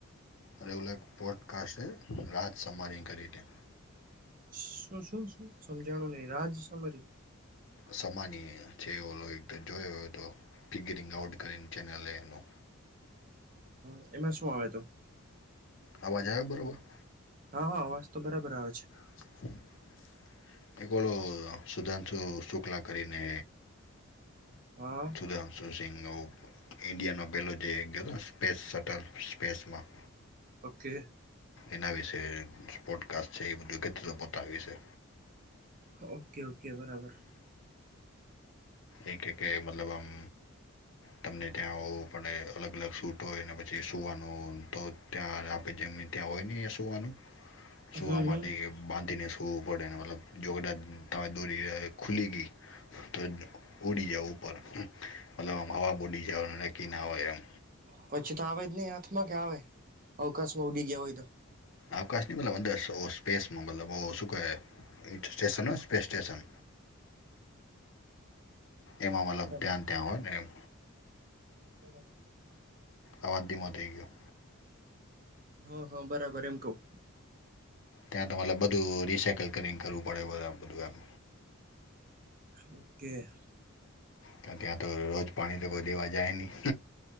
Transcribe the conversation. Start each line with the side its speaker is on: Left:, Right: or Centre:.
Left: અરેગુલ પોડકાસ્ટે રાત સમારી કરીને-
Right: શું શું શું સમજાણું નહી રાજ સમરી-
Left: સમાની છે એ ઓ જોયો તો ફિગરિંગ આઉટ કરીને ચેનલે એનું
Right: હ એમાં શું આવે તું-
Left: અવાજ આવ બરાબર
Right: હા હા અવાજ તો બરાબર આવેવા છે.
Left: <inaudible> એક ઓોલો સુધાંશુ શુક્લા કરીને
Right: હા
Left: સુધંશુ સિહ ઈન્ડિયાનો પહેલો જે ગયો હતો ને સ્પેસ સટલ સ્પેસમાં
Right: ઓકે
Left: એના વિશે સ્પોડકાસ્ટ છે. એ બધું પોતા વિશે
Right: ઓકે ઓકે બરાબર
Left: એક એક કે મતલબ આમ તમને ત્યાં હોવું પડે અલગ અલગ સૂટ હોય ને પછી સુવાનું તો ત્યાં આપે જેમની ત્યાં હોય ની એ સોવાનું, સુવા
Right: હમ હમ
Left: માટે બાંધીને વુ પડે ને મતલબ જો તા દોરી ખુલી ગી તો ઉડી જાવ ઉપર મતલબ આમ હવા ઉડી જાવ કકી ના હોય એમ.
Right: પછી તો આવે જ નહી હાથમાં કે આવે? અવકાશમાં ઉડી ગયા હોય તો
Left: અવકાશની મતલબ અંદર ઓ સ્પેસમાં મતલબ ઓ શું કહે એ સ્ટેશનો સ્પેસ સ્ટેશેશન એમાં મતલબ
Right: બરાબર
Left: ધ્યાન ત્યાં હોય ને એમ.
Right: બરોબર.
Left: આવાજ ધીમો થઈ ગયા.
Right: હા હા બરાબર એમ કઉં.
Left: ત્યાં તમારે બધું રિસાયકલ કરીંગ કરવું પડે બરા બધું એમ.
Right: ઓકે.
Left: તો ત્યાં તો રોજ પાણી તો કોઈ દેવા જાય નહી.